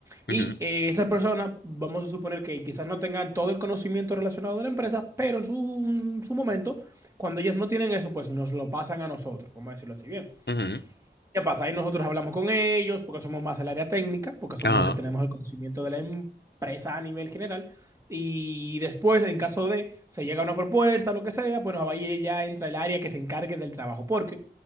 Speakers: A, on the right; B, on the left.
A: Y
B: ujú,
A: eh, esas personas, vamos a suponer que quizás no tengan todo el conocimiento relacionado de la empresa, pero en su, en su momento, cuando ellas no tienen eso, pues nos lo pasan a nosotros, vamos a decirlo así bien.
B: ujú.
A: ¿Qué pasa? Ahí nosotros hablamos con ellos porque somos más el área técnica, porque somos
B: Ajá,
A: los que tenemos el conocimiento de la empresa a nivel general. Y después, en caso de se llega a una propuesta, lo que sea, bueno, ahí ya entra el área que se encargue del trabajo. Porque